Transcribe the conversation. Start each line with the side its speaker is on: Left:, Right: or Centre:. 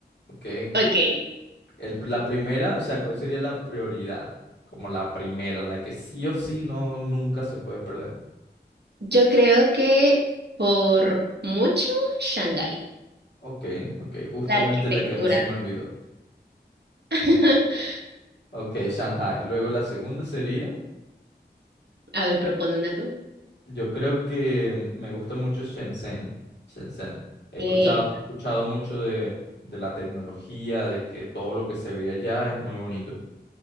Left: ¿ok?
Right: Ok,
Left: El- la primera, o sea, ¿cuál sería la prioridad? Como la primera, la que sí o sí no, nunca se puede perder.
Right: Yo creo que por mucho Shanghái,
Left: Ok, ok, justamente
Right: la arquitectura.
Left: la que a mí se me olvidó.
Right: <laughs>
Left: Ok, Shanghai. Luego la segunda sería,
Right: A ver, propone una tú.
Left: yo creo que me gusta mucho Shenzhen. Shenzhen. He escuchado,
Right: Ey,
Left: he escuchado mucho de, de la tecnología, de que todo lo que se ve allá es muy bonito.